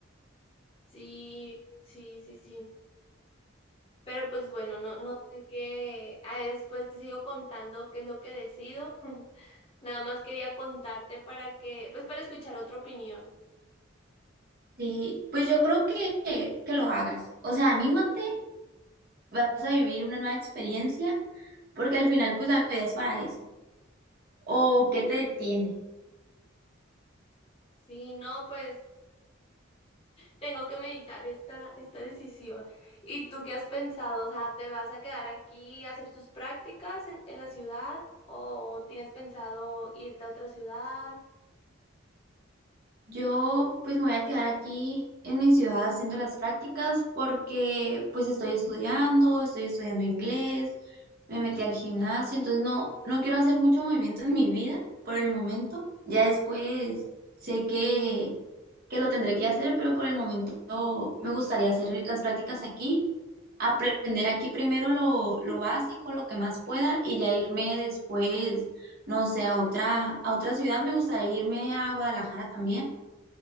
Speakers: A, on the left; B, on the right.
A: Sí, sí, sí, sí. Pero pues bueno, no, no sé qué. Ah, después te sigo contando qué es lo que decido. <laughs> Nada más quería contarte para que, pues para escuchar otra opinión.
B: Sí, pues yo creo que, que lo hagas. O sea, anímate, vas a vivir una nueva experiencia porque al final, pues la vida es para eso. ¿O qué te detiene?
A: Sí, no, pues tengo que meditar esta, esta decisión. ¿Y tú qué has pensado? O sea, ¿te vas a quedar aquí a hacer tus prácticas en, en la ciudad o tienes pensado irte a otra ciudad?
B: Yo pues me voy a quedar aquí en mi ciudad haciendo las prácticas porque pues estoy estudiando, estoy estudiando inglés, me metí al gimnasio, entonces no, no quiero hacer mucho movimiento en mi vida por el momento. Ya después sé que, que lo tendré que hacer, pero por el momento me gustaría hacer las prácticas aquí, aprender aquí primero lo, lo básico, lo que más pueda y ya irme después, no sé, a otra, a otra ciudad. Me gustaría irme a Guadalajara también